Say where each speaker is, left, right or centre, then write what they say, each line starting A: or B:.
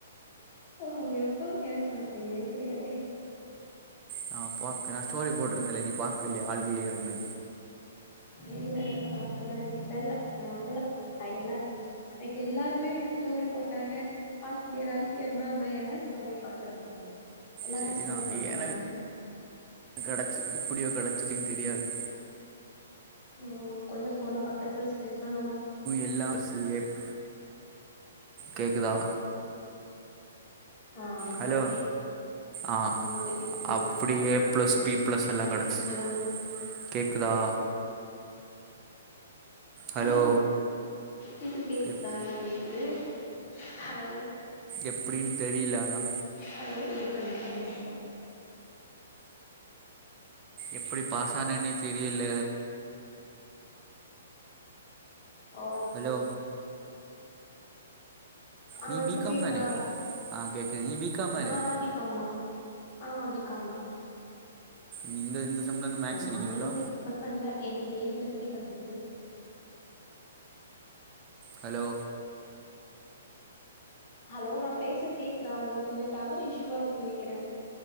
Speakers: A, on the left (about 40°); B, on the right (about 30°).
A: ஓ எப்போ எனக்கு சொல்ல தெரியவே தெரியாதே
B: நா பாக்குற ஸ்டோரி போட்டிருந்தனே நீ பாக்கிலியா ஆல் க்ளியர்னு
A: இல்ல இல்ல பாக்கல்ல எனக்கு தெர்ல ஞாபகோ இல்ல நா எல்லா அன்னைக்கு எல்லாருமே ஸ்டோரி போட்டாங்க ஆல் க்ளியர் ஆல் க்ளியர்னா நா என்ன ஸ்டோரிய பாக்குறதுக்கு எல்லாரு
B: செரிதாங்க
A: ஸ்டோரி போட்ருக்காங்க
B: எனக்கு கடச்சு எப்டியோ கடச்சது தெரியாது
A: ஓ கொஞ்சோ ஃபோன பக்கத்துல வெச்சு பேசுனா நல்லாருக்கு
B: எல்லா சேப் கேக்குதா
A: ஆ இப்போ
B: ஹலோ
A: ஓகே
B: ஆ
A: இப்ப கேக்குது கிளியரா
B: அப்படி ஏ ப்ளஸ் பி ப்ளஸ் எல்லா கெடச்சிச்சு
A: ஹலோ
B: கேக்குதா ஹலோ
A: ஓ கேக்குது கேக்குது
B: எப்
A: தான்லா கேக்குது ஹலோ
B: எப்டின்னு தெரில ஆனா
A: ஹலோ வெய்ட் பண்ணுங்க ஒரு நிம்ஷோ
B: எப்டி பாஸ் ஆனனே தெரியில
A: ஓ
B: ஹலோ
A: ஆ
B: நீ
A: இப்ப
B: பிகாம்
A: கேக்குதா
B: தானே ஆ கேட்குது நீ பிகாம் தானே
A: நானா பிகம்தா ஆமா பிகாம்தா
B: நீ இந்த இந்த செம்மில் வந்து மேக்ஸ்
A: நானே
B: இருக்கும்ல
A: வந்து எக்ஸ்பெக்ட் பண்ல எனக்கு ஏ ப்ளஸே கெடச்சிருக்கு
B: ஹலோ
A: ஹலோ நா பேசற கேக்குதா உங்களுக்கு கொஞ்சோ டவரு இஷுவா இருக்குன் நனைக்கிறே